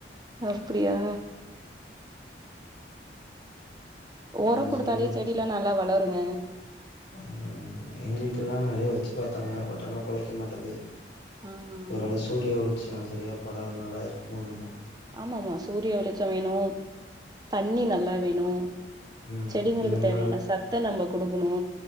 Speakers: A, on the right (about 20°); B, on the left (about 75°).
A: அப்டியா உரோ
B: நீங்க
A: குடுத்தாலே
B: சொல்லி் குடுத்து
A: செடிலா நல்லா வளருங்க
B: ம் எங்க வீட்லலா நறைய வச்சு பாத்தாங்க பட் ஆனா பொழைக்க மாட்டது
A: ம்
B: ஒருவேள சூரிய வெளிச்சம் சரியா படாத னால இருக்குமோ என்னுமோ
A: ஆமா ஆமா சூரிய வெளிச்சோ வேணு தண்ணி நல்லா வேணு
B: ம்
A: செடிங்களுக்கு
B: நம்ப
A: தேவையான சத்த நம்ம குடுக்குணு